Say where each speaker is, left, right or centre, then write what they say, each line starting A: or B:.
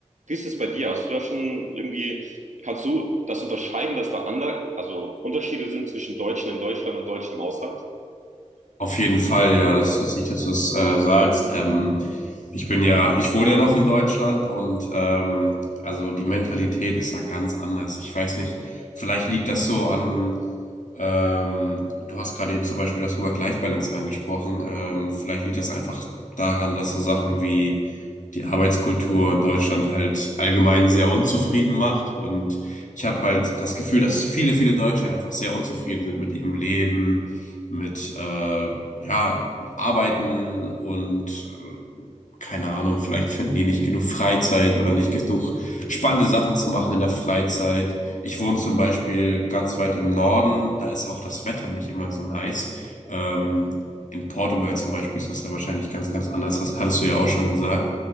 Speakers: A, on the right; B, on the left.
A: Wie ist das bei dir? Hast du da schon irgendwie, kannst du das unterscheiden, dass da andere, also Unterschiede sind zwischen Deutschen in Deutschland und Deutschen im Ausland?
B: Auf jeden Fall, ja, das ist lustig, dass du es äh, sagst. Ähm, ich bin ja, ich wohne ja noch in Deutschland und ähm, also die Mentalität ist da ganz anders. Ich weiß nicht, vielleicht liegt das so an, ähm, du hast gerade eben zum Beispiel das Work-Life-Balance angesprochen. Ähm, vielleicht liegt das einfach daran, dass so Sachen wie die Arbeitskultur in Deutschland halt allgemein sehr unzufrieden macht. Und ich habe halt das Gefühl, dass viele, viele Deutsche einfach sehr unzufrieden sind mit ihrem Leben mit äh, ja, arbeiten und keine Ahnung, vielleicht finden die nicht genug Freizeit oder nicht genug spannende Sachen zu machen in der Freizeit. Ich wohne zum Beispiel ganz weit im Norden, da ist auch das Wetter nicht immer so nice. Ähm, in Portugal zum Beispiel ist das ja wahrscheinlich ganz, ganz anders. Das hattest du ja auch schon gesagt.